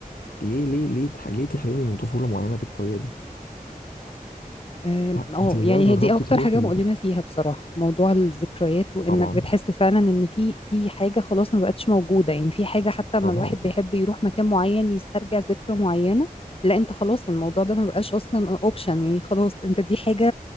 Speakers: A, on the left; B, on the left.
A: ليه ليه ليه تح... ليه تحرمني من طفوله معينه بالطريقه دي
B: أم،
A: لا
B: اه
A: انت بقى
B: يعني
A: جربتي
B: هي دي اكتر
A: تروحي
B: حاجه مؤلمه فيها بصراحه موضوع الذكريات وانك
A: طبعا
B: بتحس فعلا ان في في حاجه خلاص ما بقتش موجوده يعني في حاجه حتى لما
A: طبعا
B: الواحد بيحب يروح مكان معين يسترجع ذكرى معينه لا انت خلاص الموضوع ده ما بقاش اصلا اوبشن يعني خلاص انت دي حاجه